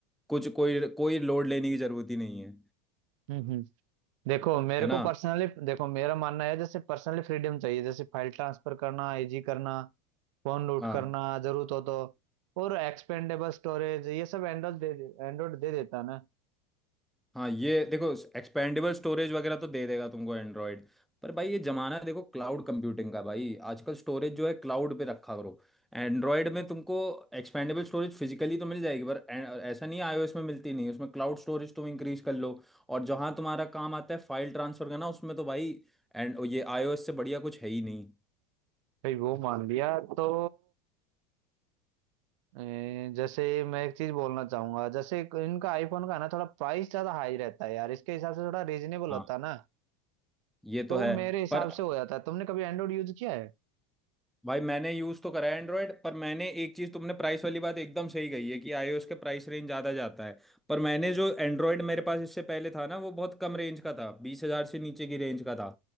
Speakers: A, in the centre; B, on the right.
A: कुछ कोई कोई लोड लेने की ज़रूरत ही नहीं है
B: हम्म हम्म। देखो मेरे
A: है ना
B: को पर्सनली देखो मेरा मानना है जैसे पर्सनली फ्रीडम चाहिए जैसे फाइल ट्रांसफर करना इजी करना फोन लूट
A: हाँ
B: करना जरूरत हो तो और एक्सपेंडेबल स्टोरेज ये सब एंड्रॉइड दे एंड्रॉइड दे देता है ना
A: हाँ ये देखो एक्सपेंडेबल स्टोरेज वगैरह तो दे देगा तुमको एंड्रॉयड पर भाई ये जमाना है, देखो क्लाउड कंप्यूटिंग का भाई आजकल स्टोरेज जो है क्लाउड पे रखा करो एंड्रॉयड में तुमको एक्सपेंडेबल स्टोरेज फिजिकली तो मिल जाएगी पर ए- ऐसा नहीं आईओएस में मिलती नहीं उसमें क्लाउड स्टोरेज तुम इंक्रीज कर लो और जहां तुम्हारा काम आता है फाइल ट्रांसफर करना उसमें तो भाई एंड ये आईओएस से बढ़िया कुछ है ही नहीं
B: भाई वो मान लिया तो ए, जैसे मैं एक चीज बोलना चाहूंगा जैसे इनका आईफोन का ना थोड़ा प्राइस ज्यादा हाई रहता है यार इसके हिसाब से थोड़ा रीजनेबल
A: हाँ
B: होता है ना
A: ये
B: तो
A: तो है
B: मेरे हिसाब
A: पर
B: से हो जाता है तुमने कभी एंड्रॉइड यूज किया है
A: भाई मैंने यूज तो करा है एंड्रॉयड पर मैंने एक चीज तुमने प्राइस वाली बात एकदम सही कही है कि आईओएस के प्राइस रेंज ज्यादा जाता है पर मैंने जो एंड्रॉयड मेरे पास इससे पहले था ना वो बहुत कम रेंज का था बीस हजार से नीचे की रेंज का था